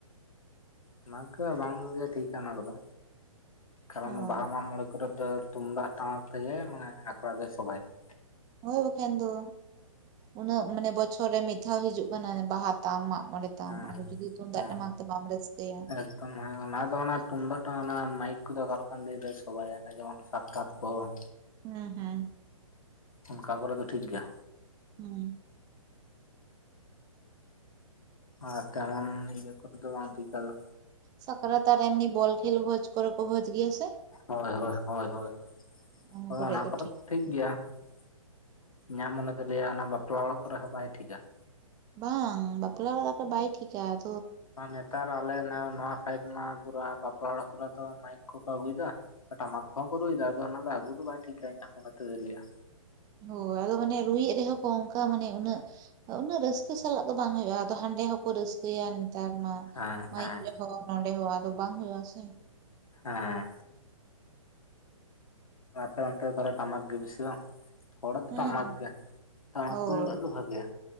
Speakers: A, on the left; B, on the right.
A: ᱚᱱᱟ ᱠᱚ ᱵᱟᱝ ᱜᱮ ᱴᱷᱤᱠᱟ ᱚᱱᱟ ᱠᱚᱫᱚ ᱠᱟᱨᱚᱱ
B: ᱦᱳᱭ
A: ᱵᱟᱦᱟ ᱢᱟᱜ ᱢᱚᱬᱮ ᱠᱚᱨᱮ ᱛᱩᱢᱫᱟᱜ ᱴᱟᱢᱟᱠ ᱛᱮᱜᱮ ᱢᱟᱱᱮ ᱟᱠᱷᱲᱟ ᱫᱚᱭ ᱥᱚᱵᱷᱟᱭᱟ ᱾
B: ᱦᱳᱭ ᱵᱟᱠᱷᱟᱱ ᱫᱚ ᱩᱱᱟᱹᱜ ᱢᱟᱱᱮ ᱵᱚᱪᱷᱚᱨ ᱨᱮ ᱢᱤᱫ ᱫᱷᱟᱣ ᱦᱤᱡᱩᱜ ᱠᱟᱱᱟ ᱵᱟᱦᱟ ᱛᱟᱢ ᱚᱸᱰᱮ ᱛᱟᱢ
A: ᱦᱮᱸ
B: ᱟᱨ ᱡᱩᱫᱤ ᱛᱩᱢᱫᱟᱜ
A: ᱦᱮᱸ
B: ᱴᱟᱠ ᱛᱮ ᱵᱟᱢ ᱨᱟᱹᱥᱠᱟᱹᱭᱟ
A: ᱮᱠᱫᱚᱢ ᱦᱮᱸ ᱚᱱᱟ ᱫᱚ ᱚᱱᱟ ᱛᱩᱢᱫᱟᱜ ᱴᱟᱢᱟ ᱚᱱᱟ ᱢᱟᱭᱤᱠ ᱠᱚᱫᱚ ᱚᱠᱟᱞᱮᱠᱟᱱ ᱫᱤᱱ ᱨᱮ ᱦᱚᱵᱟᱭᱮᱱᱟ ᱡᱮᱢᱚᱱ ᱥᱟᱠᱨᱟᱛ ᱠᱚ ᱾
B: ᱦᱮᱸ ᱦᱮᱸ
A: ᱚᱱᱠᱟ ᱠᱚᱨᱮ ᱫᱚ ᱴᱷᱤᱠ ᱜᱮᱭᱟ
B: ᱦᱮᱸ
A: ᱟᱨ ᱛᱮᱢᱚᱱ ᱤᱭᱟᱹ ᱠᱚᱨᱮ ᱫᱚ ᱵᱟᱝ ᱴᱷᱤᱠᱟ ᱫᱚ
B: ᱥᱟᱠᱨᱟᱛ ᱟᱨ ᱮᱢᱱᱤ ᱵᱚᱞ ᱠᱷᱮᱞ ᱵᱷᱚᱡᱽ ᱠᱚᱨᱮ ᱠᱚ ᱵᱷᱚᱡᱽ ᱜᱮᱭᱟ ᱥᱮ
A: ᱦᱚᱭ ᱦᱚᱭ ᱦᱚᱭ ᱦᱚᱭ
B: ᱩᱱ
A: ᱦᱚᱭ
B: ᱠᱚᱨᱮ
A: ᱚᱱᱟ
B: ᱫᱚ
A: ᱠᱚᱫᱚ ᱴᱷᱤᱠ ᱜᱮᱭᱟ ᱾ ᱤᱧᱟᱜ ᱢᱚᱱᱮ ᱫᱚ ᱞᱟᱹᱭᱟ ᱚᱱᱟ ᱵᱟᱯᱞᱟ ᱚᱲᱟᱜ ᱠᱚᱨᱮ ᱦᱚᱸ ᱵᱟᱭ ᱴᱷᱤᱠᱟ ᱾
B: ᱵᱟᱝ ᱵᱟᱯᱞᱟ ᱚᱲᱟᱜ ᱠᱚᱨᱮ ᱵᱟᱭ ᱴᱷᱤᱠᱟ ᱾
A: ᱵᱟᱝ ᱱᱮᱛᱟᱨ ᱦᱚᱸ ᱟᱞᱮ ᱱᱚᱣᱟ ᱥᱟᱭᱤᱴ ᱚᱱᱟ ᱯᱩᱨ ᱵᱟᱯᱞᱟ ᱚᱲᱟᱜ ᱠᱚᱨᱮ ᱫᱚ ᱢᱟᱭᱤᱠ ᱠᱚᱠᱚ ᱟᱹᱜᱩᱭᱮᱫᱟ ᱴᱟᱢᱟᱠ ᱠᱚᱦᱚᱸ ᱠᱚ ᱨᱩᱭᱮᱫᱟ ᱟᱫᱚ ᱚᱱᱟ ᱫᱚ ᱟᱹᱜᱩ ᱫᱚ ᱵᱟᱭ ᱴᱷᱤᱠᱟ ᱤᱧᱟᱹᱜ ᱢᱚᱱᱮ ᱛᱮᱫᱚᱭ ᱞᱟᱹᱭᱟ ᱾
B: ᱦᱳᱭ ᱟᱫᱚ ᱢᱟᱱᱮ ᱨᱩᱭᱮᱫ ᱨᱮᱦᱚᱸ ᱠᱚ ᱚᱱᱠᱟ ᱢᱟᱱᱮ ᱩᱱᱟᱹᱜ ᱩᱱᱟᱹᱜ ᱨᱟᱹᱥᱠᱟᱹ ᱥᱟᱞᱟᱜ ᱫᱚ ᱵᱟᱝ ᱦᱩᱭᱩᱜᱼᱟ ᱟᱫᱚ ᱦᱟᱸ ᱚᱸᱰᱮ ᱦᱚᱸᱠᱚ ᱨᱟᱹᱥᱠᱟᱹᱭᱟ ᱱᱮᱛᱟᱨ ᱢᱟ
A: ᱦᱮᱸ
B: ᱢᱟᱭᱤᱠ
A: ᱦᱮᱸ
B: ᱡᱚᱦᱚᱸ ᱱᱚᱰᱮ ᱦᱚᱸ ᱟᱫᱚ ᱵᱟᱝ ᱦᱩᱭᱩᱜ-ᱟ ᱥᱮ ᱾
A: ᱦᱮᱸ ᱟᱯᱮ ᱚᱱᱛᱮ ᱠᱚᱨᱮ ᱴᱟᱢᱟᱠ ᱜᱮ ᱵᱤᱥᱤ ᱵᱟᱝ ᱦᱚᱲᱟᱜ ᱫᱚ
B: ᱦᱮᱸ
A: ᱴᱟᱢᱟᱠ ᱜᱮ ᱴᱟᱢᱟᱠ
B: ᱦᱚᱭ
A: ᱛᱩᱢᱫᱟᱜ ᱜᱮ ᱵᱷᱟᱜᱮᱭᱟ